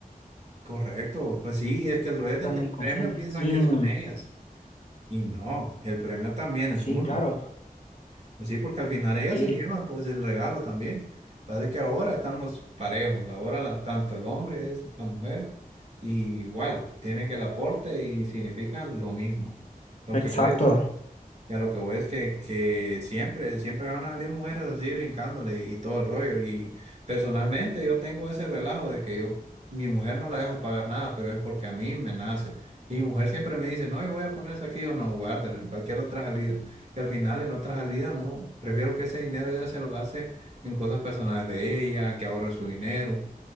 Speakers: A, on the right; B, on the left.
A: Correcto, pues sí, es que el rollo es
B: están
A: de que el
B: muy
A: premio
B: conscientes.
A: piensan
B: Y
A: que son
B: mm,
A: ellas y no, el premio también es
B: sí,
A: uno.
B: claro,
A: Pues sí, porque al final ellas
B: sí,
A: se llevan pues el regalo también. Parece que ahora estamos parejos, ahora la- tanto el hombre es la mujer y igual, tiene que el aporte y significan lo mismo. Lo
B: exacto.
A: que voy es- ya lo que voy es que, que siempre, siempre van a salir mujeres así brincándole y todo el rollo. Y personalmente yo tengo ese relajo de que yo, mi mujer no la dejo pagar nada, pero es porque a mí me nace. Y mi mujer siempre me dice, no, yo voy a poner eso aquí, yo no, guárdelo en cualquier otra salida. Y al final en otra salida, no, prefiero que ese dinero ella se lo gaste en cosas personales de ella, que ahorre su dinero.